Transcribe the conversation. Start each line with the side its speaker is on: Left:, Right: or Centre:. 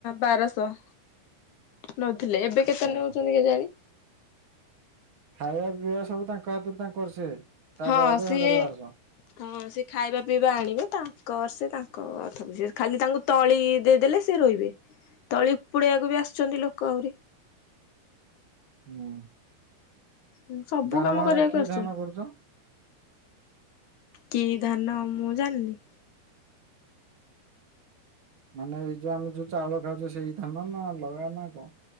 Left: ବାରଶହ ନଉଥିଲେ ଏବେ
Right: ଆଚ୍ଛା
Left: କେତେ
Right: ଆଚ୍ଛା।
Left: ନଉଚନ୍ତି କେଜାଣି।
Right: ଖାଇବା ପିଇବା ସବୁ ତାଙ୍କ ହାତରୁ ତାଙ୍କର ସେ। ତା
Left: ହଁ,
Right: ବାଦେ
Left: ସିଏ
Right: ହଜାର ବାରଶହ
Left: ହ ହଁ, ସେ ଖାଇବା ପିଇବା ଆଣିବେ ତାଙ୍କର ସେ ତାଙ୍କ କଥା ବୁଝିବେ। ଖାଲି ତାଙ୍କୁ ତଳି-ଇ-ଇ ଦେଇଦେଲେ ସେ ରୋଇବେ। ତଳି ଉପୁଡେଇବାକୁ ବି ଆସୁଛନ୍ତି ଲୋକ ଆହୁରି।
Right: ହୁଁ,
Left: ଉ ସବୁ
Right: ଧାନ
Left: କାମ
Right: ହେରା
Left: କରିବାକୁ
Right: କି
Left: ଆସୁଚନ୍ତି।
Right: ଧାନ କରୁଛ?
Left: କି ଧାନ ମୁଁ ଜାଣିନି।
Right: ମାନେ ଏଇ ଯୋଉ ଆମେ ଯୋଉ ଚାଉଳ ଖାଉଛେ ସେଇ ଧାନ ନା ଅଲଗା ନା କଣ?